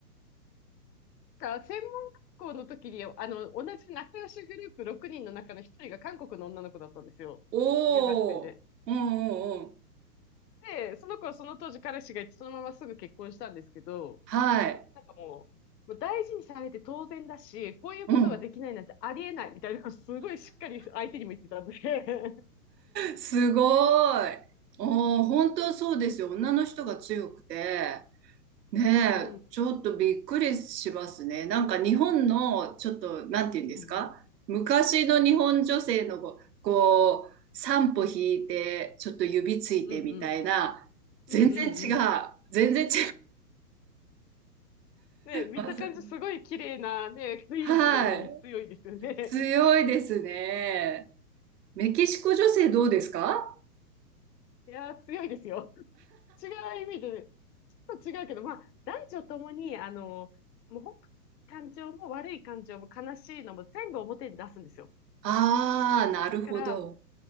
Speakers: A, on the left (about 80°); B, on the right (about 80°).
A: なんか、専門学校の時に、あの、同じ仲良しグループ6人の中の一人が韓国の女の子だったんですよ。
B: おお、
A: 留学生で。
B: うんうんうん。
A: で、その子はその当時彼氏がいて、そのまますぐ結婚したんですけど、
B: はい。
A: なんかもう、もう大事にされて当然だし、こういうことができないなんてありえないみたいなのをすごいしっかり相手にも言ってたんで。
B: うん。
A: <laughs>
B: すごい。おお、本当そうですよ。女の人が強くて。ねえ、
A: うんうん。
B: ちょっとびっくりしますね。なんか日本の、ちょっと、なんて言うんですか昔の日本女性のこう、
A: うんうん。
B: こう、三歩引いて、ちょっと指ついてみたいな、
A: うんうん。
B: 全然違う。
A: うんうんうん。
B: 全然違い
A: ね、見た感じすごい綺麗なね、
B: ます。
A: 雰囲気なのに強いですよね。
B: はい。強いですね。メキシコ女性どうですか
A: <laughs> いやー、強いですよ。違う意味でと違うけど、まあ、男女ともに、あの、もう本当に感情も悪い感情も悲しいのも全部表に出すんですよ。
B: ああー、なるほど。
A: だから、